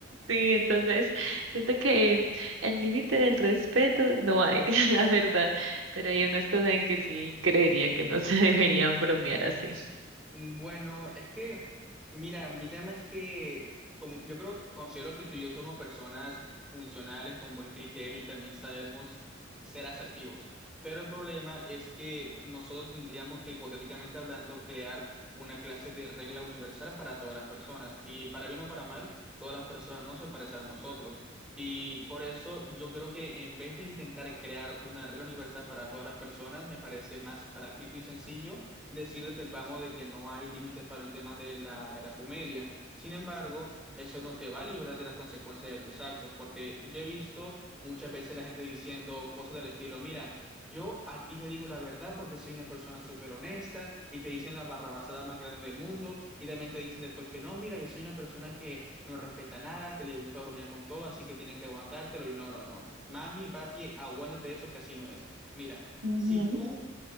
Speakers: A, on the right (about 75°); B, in the centre.
A: Sí, entonces siento que el límite del respeto no hay, <laughs> la verdad. Pero hay unas cosas en que sí creería que no se deberían bromear así.
B: Mm, Bueno, es que, mira, mi tema es que como, yo creo, considero que tú y yo somos personas funcionales, con buen criterio y también sabemos ser asertivos. Pero el problema es que nosotros tendríamos que, hipotéticamente hablando, crear una clase de regla universal para todas las personas. Y para bien o para mal, todas las personas no se parecen a nosotros. Y por eso yo creo que en vez de intentar crear una regla universal para todas las personas, me parece más práctico y sencillo decir desde el vamos de que no hay límites para el tema de la, de la comedia. Sin embargo, eso no te va a librar de las consecuencias de tus actos, porque yo he visto muchas veces la gente diciendo cosas del estilo, mira, yo a ti te digo la verdad porque soy una persona súper honesta y te dicen la barrabasada más grande del mundo y también te dicen después que no, mira, yo soy una persona que no respeta nada, que le gusta bromear con todo, así que tienes que aguantártelo y no, no, no, mami, papi, aguántate eso que así no es. Mira,
A: Ujú,
B: si tú